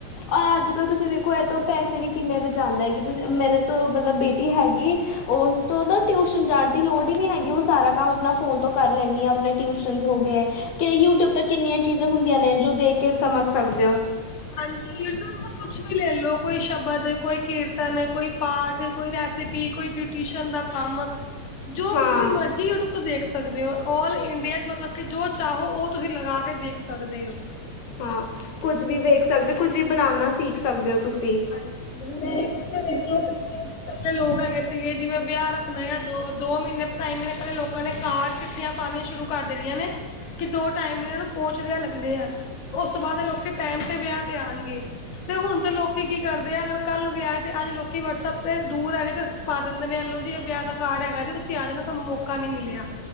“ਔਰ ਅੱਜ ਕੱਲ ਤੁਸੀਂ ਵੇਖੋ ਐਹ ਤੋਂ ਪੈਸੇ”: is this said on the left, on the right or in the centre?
Left